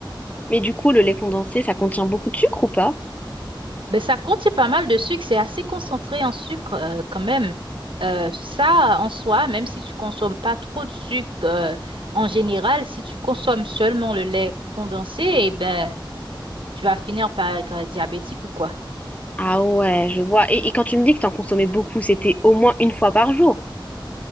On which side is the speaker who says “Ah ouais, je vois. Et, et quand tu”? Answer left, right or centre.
Left